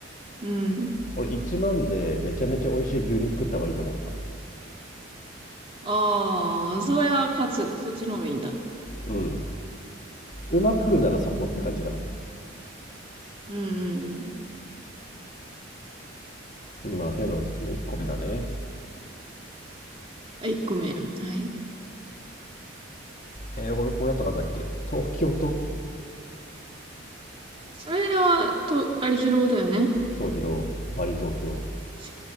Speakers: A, on the right; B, on the left.
A: うん。
B: 俺1万でめちゃめちゃ美味しい牛肉食った方がいいと思った
A: ああ、そりゃ勝つ。そっちの方がいいんだ。
B: うん馬食うならそこって感じかな
A: うーん、うん、うん、うん。
B: うんまあ手のその1個目だね
A: あ、1個目。はい。
B: えー、これこれあとなんだっけ東京と
A: それは、と、あれ、疲労だよね。
B: 総広バリ東京
A: し